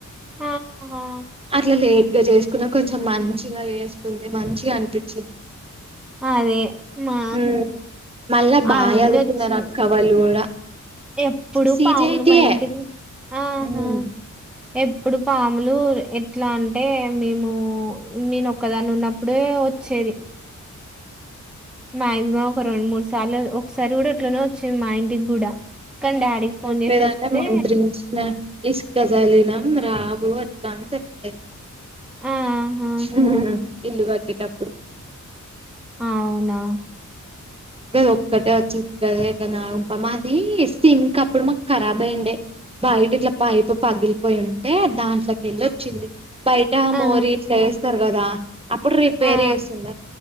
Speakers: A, in the centre; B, on the right.
A: ఆహా
B: అట్ల లేట్గా చేస్ కొంచెం మంచిగా వేసుకుంది మంచిగా అనిపించింది
A: అదే మా
B: ఉ మళ్ళా బాగా
A: ఆ రోజు
B: చదువుకున్నారు
A: వచ్చింది
B: అక్క వాళ్ళు కూడా
A: ఎప్పుడు
B: సిజేటియే
A: పాములు మా ఇంటికి ఆహా
B: ఉమ్.
A: ఎప్పుడు పాములు ఎట్లా అంటే మేము నేను ఒక్కదాన్ని ఉన్న ఇప్పుడే వచ్చేది మాక్సిమం ఒక రెండు మూడు సార్లు ఒకసారి కూడా అట్లనే వచ్చింది మా ఇంటికి కూడా
B: మా
A: కానీ
B: నాన్న
A: డాడీకి
B: ఏం
A: ఫోన్
B: చెప్పేదంటే
A: చేసి వస్తే
B: మంత్రించిన ఇసుక జల్లినం రావు అట్లా అనీ చెప్పేది
A: ఆహా
B: ఉ ఇల్లు కట్టేటప్పుడు
A: అవునా
B: కద ఒక్కటే వచ్చింది కదా ఇంగ నాగం పాము అది సింక్ ఆప్పుడు మాకు ఖరాబ్ అయ్యండే బయట ఇట్లా పైపు పగిలిపోయి ఉంటే దాంట్లోకి వెళ్ళి వచ్చింది బయట
A: ఆ
B: మోరి ఇట్లా వేస్తారు కదా అప్పుడు రిపేర్
A: ఆ
B: చేస్త